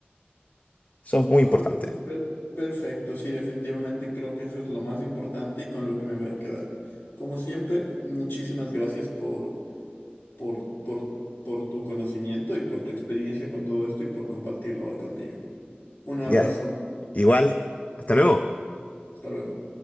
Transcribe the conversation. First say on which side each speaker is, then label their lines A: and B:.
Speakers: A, on the left; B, on the left.
A: Son muy
B: Ah,
A: importantes.
B: per- perfecto, sí, definitivamente creo que eso es lo más importante y con lo que me voy a quedar. Como siempre, muchísimas gracias por por, por, por tu conocimiento y por tu experiencia con todo esto y por compartirlo hoy conmigo. Un abrazo,
A: Ya. Igual. Hasta luego.
B: hasta luego.